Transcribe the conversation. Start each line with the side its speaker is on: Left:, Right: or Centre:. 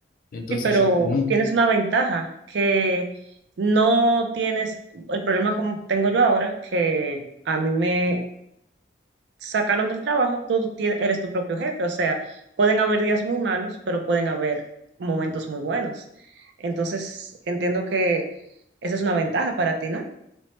Left: Entonces
Right: sí, pero
Left: yo no.
Right: tienes una ventaja que no tienes el problema como tengo yo ahora, que a mí me sacaron del trabajo, tú tie- eres tu propio jefe, o sea, pueden haber días muy malos, pero pueden haber momentos muy buenos. Entonces, entiendo que esa es una ventaja para ti, ¿no?